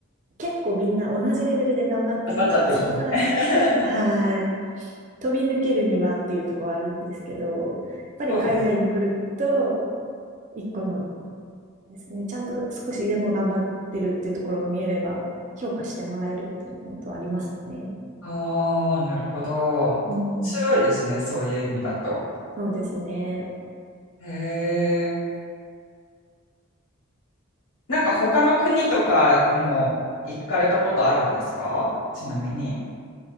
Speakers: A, on the right; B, on the left.
A: 結構みんな同じレベルで頑張ってるから、
B: なっちゃってる。
A: そこから、
B: <laughs>
A: はい、飛び抜けるにはっていうところはあるんですけど、やっぱり海外に来ると、
B: そうです。
A: 一個のですね。ちゃんと少しでも頑張ってるっていうところが見えれば、評価してもらえるっていうのは本当ありますね。
B: <laughs> ああ、なるほど。面白いですね、
A: うん。
B: そういう意味だと。
A: そうですね。
B: へえ。なんか他の国とかにも行かれたことあるんですかちなみに。